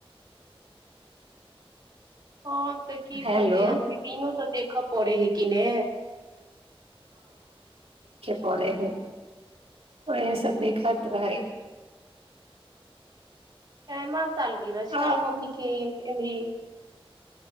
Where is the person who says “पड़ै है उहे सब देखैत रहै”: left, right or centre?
Right